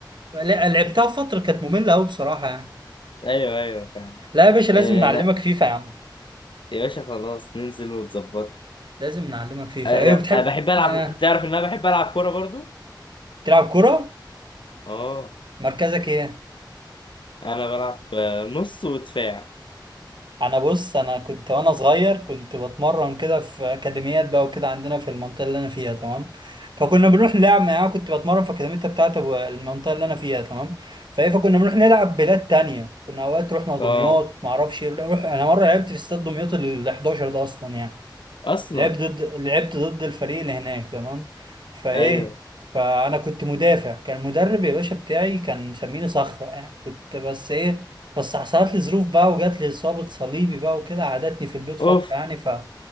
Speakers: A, on the right; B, on the left.
A: لا لعبتها فترة كانت مملة أوي بصراحة يعني
B: ايوه ايوه فاهم
A: لا يا باشا لازم
B: إيه
A: نعلمك
B: لا
A: فيفا يا عم
B: يا باشا خلاص ننزل ونظبط
A: لازم نعلمك فيفا
B: انا
A: إيه بتحب
B: أنا بحب العب
A: آه
B: تعرف ان انا بحب العب كورة برضو
A: تلعب كرة
B: اه
A: مركزك إيه؟
B: انا بلعب آه، نص ودفاع
A: انا بص انا كنت وانا صغير كنت بتمرن كده في اكاديميات بقى وكده عندنا في المنطقه اللي انا فيها تمام فكنا بنروح نلعب يعني انا كنت بتمرن في اكاديميه بتاعت أبو- المنطقه اللي انا فيها تمام فايه فكنا بنروح نلعب بلاد تانية كنا اوقات رحنا دمياط
B: اه
A: ما اعرفش إيه، نروح انا مره لعبت في استاد دمياط ال 11 ده اصلا يعني
B: اصلا
A: لعبت ضد لعبت ضد الفريق اللي هناك تمام فايه
B: ايوه
A: فانا كنت مدافع كان المدرب يا باشا بتاعي كان مسميني صخره يعني كنت بس ايه بس حصلت لي ظروف بقى وجات لي اصابه صليبي بقى وكده قعدتني في البيت فتره
B: اوف
A: يعني فبقى